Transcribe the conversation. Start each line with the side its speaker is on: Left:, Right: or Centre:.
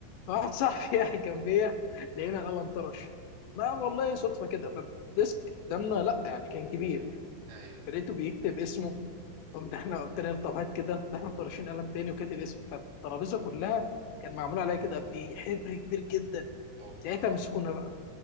Left: فواحد
Right: مم.
Left: صاحبي <laughs> قاعد جنبيا لقينا القلم طرش لا والله صدفه كده فالديسك قدامنا لا يعني كان كبير
Right: ايوه
Left: لقيته بيكتب اسمه قمت احنا قلت له طب هات كده ده احنا مطرشين قلم تاني وكاتب اسمه فالترابيزه كلها كان معمول عليها كده بحبر كبير جدا
Right: اوبا
Left: ساعتها مسكونا بقى